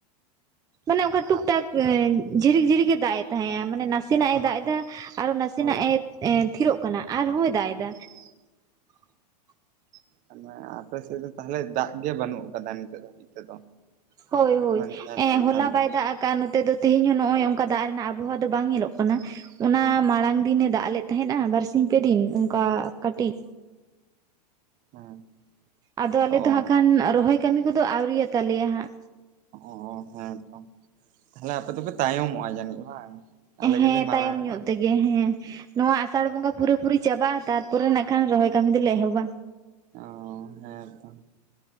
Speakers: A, on the right (about 15°); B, on the right (about 40°).
A: ᱢᱟᱱᱮ ᱚᱱᱠᱟ
B: ᱚ
A: ᱴᱩᱠ ᱴᱟᱠ ᱮᱸ ᱡᱷᱤᱨᱤᱠᱼ ᱡᱷᱤᱨᱤᱠ ᱮ ᱫᱟᱜ ᱮ ᱛᱟᱦᱮᱸᱜ-ᱟ, ᱢᱟᱱᱮ ᱱᱟᱥᱮᱱᱟᱜ
B: ᱟ
A: ᱮ ᱫᱟᱜ ᱮᱫᱟ
B: ᱚ
A: ᱟᱨᱚ ᱱᱟᱥᱮᱱᱟᱜ
B: ᱦᱳᱭ
A: ᱮ ᱮᱸ ᱛᱷᱤᱨᱚᱜ ᱠᱟᱱᱟ ᱟᱨᱦᱚᱸᱭ ᱫᱟᱜ ᱮᱫᱟ <inaudible>
B: ᱛᱟᱞᱦᱮ ᱟᱯᱮ ᱥᱮᱫ ᱫᱚ ᱛᱟᱦᱞᱮ ᱫᱟᱜ ᱜᱮ ᱵᱟᱹᱱᱩᱜ ᱟᱠᱟᱫᱟ ᱱᱤᱛᱚᱜ ᱫᱷᱟᱹᱵᱤᱡ ᱛᱮᱫᱚ
A: ᱦᱳᱭ ᱦᱳᱭ
B: ᱢᱟᱱᱮ ᱢᱮᱱᱠᱷᱟᱱ
A: ᱮᱸ ᱦᱚᱞᱟ ᱵᱟᱭ
B: ᱫᱚ
A: ᱫᱟᱜ ᱠᱟᱜ-ᱟ ᱱᱚᱛᱮ ᱫᱚ ᱛᱮᱦᱮᱧ ᱦᱚᱸ ᱱᱚᱜ
B: ᱦᱳᱭ
A: ᱚᱭ ᱚᱱᱠᱟ ᱫᱟᱜ ᱨᱮᱱᱟᱜ ᱟᱵᱚᱦᱟᱣᱟ ᱫᱚ ᱵᱟᱝ ᱧᱮᱞᱚᱜ ᱠᱟᱱᱟ ᱚᱱᱟ
B: ᱚ
A: ᱢᱟᱲᱟᱝ ᱫᱤᱱᱮ ᱫᱟᱜ ᱞᱮᱫ ᱛᱟᱦᱮᱸᱫ ᱱᱟ ᱵᱟᱨᱥᱤ ᱛᱤᱱ ᱯᱮ ᱫᱤᱱ ᱚᱱᱠᱟ ᱠᱟᱴᱤᱡ
B: ᱦᱮᱸ
A: ᱟᱫᱚ ᱟᱞᱮᱫ
B: ᱚ
A: ᱫᱚ ᱦᱟᱸᱜ ᱠᱷᱟᱱ ᱨᱚᱦᱚᱭ ᱠᱟᱹᱢᱤ ᱠᱚᱫᱚ ᱟᱣᱨᱤ ᱭᱟᱛᱟᱞᱮᱭᱟ ᱦᱟᱸᱜ
B: ᱚ ᱦᱮᱸ ᱛᱚ ᱛᱟᱦᱚᱞᱮ ᱟᱯᱮ ᱫᱚᱯᱮ ᱛᱟᱭᱚᱢ ᱢᱚᱜᱼᱟ ᱡᱟᱹᱱᱤᱡ ᱵᱟᱝ ᱟᱞᱮ
A: ᱦᱮᱸ
B: ᱜᱮᱞᱮ ᱢᱟᱲᱟᱝᱚᱜᱼᱟ
A: ᱛᱟᱭᱚᱢ ᱧᱚᱜ ᱛᱮᱜᱮ ᱦᱮᱸ ᱱᱚᱣᱟ ᱟᱥᱟᱲ ᱵᱚᱸᱜᱟ ᱯᱩᱨᱟᱹ ᱯᱩᱨᱤ ᱪᱟᱵᱟᱜᱼᱟ ᱛᱟᱨ ᱯᱚᱨᱮ ᱱᱟᱜ ᱠᱷᱟᱱ ᱨᱚᱦᱚᱭ ᱠᱟᱹᱢᱤ ᱫᱚᱞᱮ ᱮᱦᱚᱵᱟ
B: ᱚ ᱦᱮᱸ ᱛᱚ